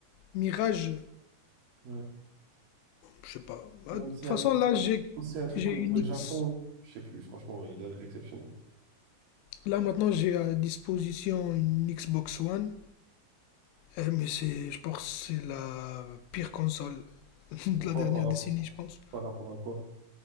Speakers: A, on the left (about 85°); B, on the right (about 60°).
A: Mirage,
B: Ouais.
A: je sais pas. Ah,
B: Ou
A: De toute
B: c'est
A: façon,
B: un,
A: là, j'ai
B: ou c'est un truc
A: j'ai une
B: au au
A: X.
B: Japon, je sais plus, franchement, il a l'air exceptionnel.
A: Là, maintenant, j'ai à disposition une Xbox One. Eh, mais c'est, je pense que c'est la pire console <laughs> de
B: Pourquoi
A: la dernière
B: par, rap-
A: décennie, je pense.
B: par rapport à quoi?